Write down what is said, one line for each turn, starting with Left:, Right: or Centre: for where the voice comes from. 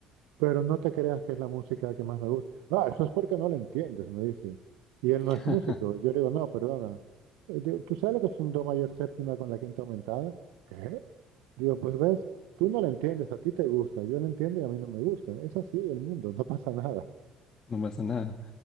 Right: Pero no te creas que es la música que más me gusta. Ah, eso es porque no la entiendes, me dice. Y él
Left: <laughs>
Right: no es músico. Yo le digo, no, perdona. Eh, digo, ¿tú sabes lo que es un do mayor séptima con la quinta aumentada? ¿Qué? Digo, pues ves, tú no la entiendes, a ti te gusta, yo la entiendo y a mí no me gusta. Es así el mundo, no pasa nada.
Left: No pasa nada.